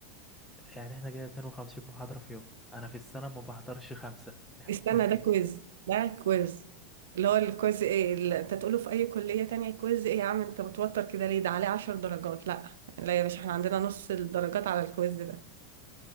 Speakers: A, in the centre; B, on the right.
A: يعني احنا كده اتنين وخمسين محاضرة في يوم أنا في السنة ما بحضرش خمسة <laughs>
B: استنى ده كويز ده كويز اللي هو الكويز ايه اللي انت تقوله في اي كلية تانية كويز ايه يا عم انت متوتر كده ليه ده عليه عشر درجات لا لا يا باشا احنا عندنا نص الدرجات على الكويز ده